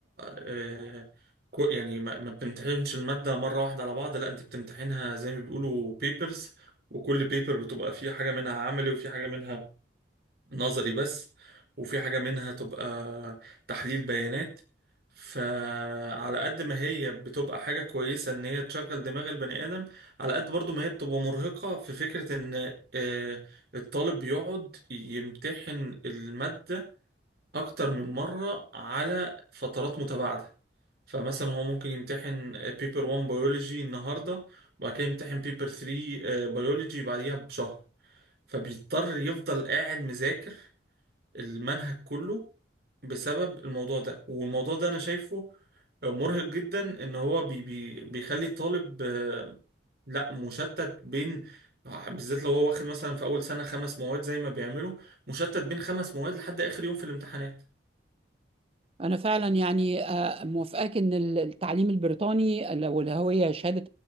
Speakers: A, on the right; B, on the right.
A: آه، كو- يعني ما ما بتمتحنش المادة مرة واحدة على بعض لا انت بتمتحنها زي ما بيقولوا بيبرز وكل بيبر بتبقى فيه حاجة منها عملي وفي حاجة منها نظري بس وفي حاجة منها تبقى تحليل بيانات فعلى قد ما هي بتبقى حاجة كويسة ان هي تشغل دماغ البني آدم على قد برضو ما هي بتبقى مرهقة في فكرة ان آه، الطالب بيقعد يمتحن المادة اكتر من مرة على فترات متباعدة فمثلا هو ممكن يمتحن بيبر 1 بيولوجي النهاردة وبعد كده يمتحن بيبر 3 بيولوجي بعديها بشهر فبيضطر يفضل قاعد مذاكر المنهج كله بسبب الموضوع ده والموضوع ده انا شايفه مرهق جدا ان هو بي بي بيخلي الطالب آه، لا مشتت بين بالذات لو هو واخد مثلا في اول سنة خمس مواد زي ما بيعملوا مشتت بين خمس مواد لحد اخر يوم في الامتحانات
B: أنا فعلا يعني آه، موافقاك إن التعليم البريطاني لو اللي هي شهادة